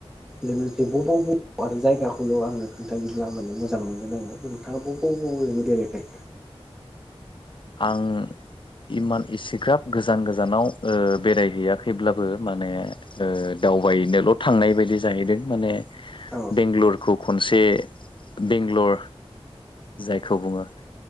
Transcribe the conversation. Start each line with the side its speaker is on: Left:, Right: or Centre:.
Centre: जे बबाव बबाव आरो जायगाखौल' आंनो खोन्थायोब्ला माने मोजां मोनगोन आङो नोंथांआ बबाव बबाव ओरैनो <unintelligible>
Left: आं इमान एसेग्राब गोजान गोजानाव ओ बेरायहैयाखैब्लाबो माने ओ दावबायनोल' थांनाय बायदि जाहैदों माने
Centre: औ
Left: बेंगलरखौ खनसे बेंगलर जायखौ बुङो।